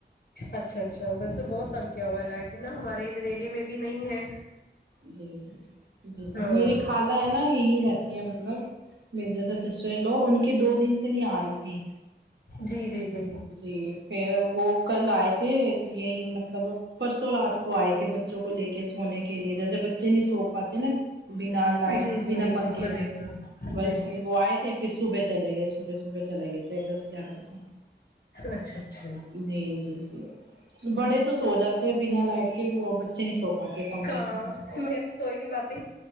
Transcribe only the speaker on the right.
جی جی جی جی
میری خال لا ہے نا یہی رہتی ہے مطلب میرے جیسا سسٹر لو ان کے دو دن سے نہیں آ رہی تھی
جی پھر وہ کل آئے تھے یہی مطلب پرسوں رات کو آئے تھے بچوں کو لے کے سونے کے لیے جیسے بچے نہیں سو پاتے نا بنا لائٹ
بنا پنکھے
کے بس
پھر وہ آئے تھے پھر صبح چلے گئے صبح صبح چلے گئے دس گیارہ بجے
جی جی جی بڑے تو سو جاتے ہیں بنا لائٹ کے وہ بچے نہیں سو پاتے پنکھے
کی وجہ سے